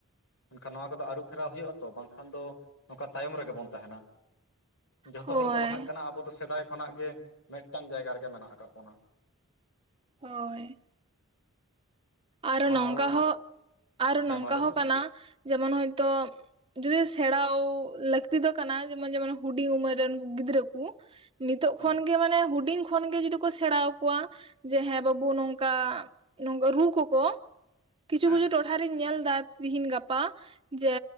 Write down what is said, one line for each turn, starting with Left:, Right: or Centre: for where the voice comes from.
Left: ᱢᱮᱱᱠᱷᱟᱱ ᱱᱚᱣᱟ ᱠᱚᱫᱚ ᱟᱹᱨᱩ ᱯᱷᱮᱨᱟᱣ ᱦᱩᱭᱩᱜᱼᱟ ᱛᱚ ᱵᱟᱝᱠᱷᱟᱱ ᱫᱚ ᱱᱚᱝᱠᱟ ᱛᱟᱭᱚᱢ ᱨᱮᱜᱮ ᱵᱚᱱ ᱛᱟᱦᱮᱸᱱᱟ ᱡᱷᱚᱛᱚ
Right: ᱦᱳᱭ
Left: ᱦᱚᱲ ᱠᱚ ᱞᱟᱦᱟᱜ ᱠᱟᱱᱟ ᱟᱵᱚ ᱫᱚ ᱥᱮᱫᱟᱭ ᱠᱷᱚᱱᱟᱜ ᱜᱮ ᱢᱤᱫᱴᱟᱝ ᱡᱟᱭᱜᱟ ᱨᱮᱜᱮ ᱢᱮᱱᱟᱜ ᱟᱠᱟᱜ ᱵᱚᱱᱟ
Right: ᱦᱳᱭ ᱟᱨ
Left: ᱢᱟ
Right: ᱱᱚᱝᱠᱟ
Left: ᱟᱨᱚ
Right: ᱦᱚᱸ ᱟᱨ
Left: ᱦᱮᱸ
Right: ᱱᱚᱝᱠᱟ
Left: ᱢᱟ ᱞᱟᱹᱭ
Right: ᱦᱚᱸ
Left: ᱢᱮ
Right: ᱠᱟᱱᱟ ᱡᱮᱢᱚᱱ ᱦᱚᱭᱛᱳ ᱡᱫᱤ ᱥᱮᱬᱟᱣ ᱞᱟᱹᱠᱛᱤ ᱫᱚ ᱠᱟᱱᱟ ᱡᱮᱢᱚᱱ ᱡᱮᱢᱚᱱ ᱦᱩᱰᱤᱧ ᱩᱢᱮᱨ ᱨᱮᱱ ᱜᱤᱫᱽᱨᱟᱹ ᱠᱩ ᱱᱤᱛᱚᱜ
Left: ᱦᱩᱸ
Right: ᱠᱷᱚᱱᱜᱮ ᱢᱟᱱᱮ ᱦᱩᱰᱤᱧ ᱠᱷᱚᱱᱜᱮ ᱡᱩᱫᱤ ᱠᱚ ᱥᱮᱬᱟ ᱟᱠᱚᱣᱟ ᱡᱮ ᱦᱮᱸ ᱵᱟᱹᱵᱩ ᱱᱚᱝᱠᱟᱝ ᱨᱩ ᱠᱚᱠᱚ ᱠᱤᱪᱷᱩ
Left: ᱦᱮᱸ
Right: ᱠᱤᱪᱷᱩ ᱴᱚᱴᱷᱟ ᱴᱷᱟ ᱨᱤᱧ ᱧᱮᱞ ᱮᱫᱟ ᱛᱤᱦᱤᱱ ᱜᱟᱯᱟ ᱡᱮ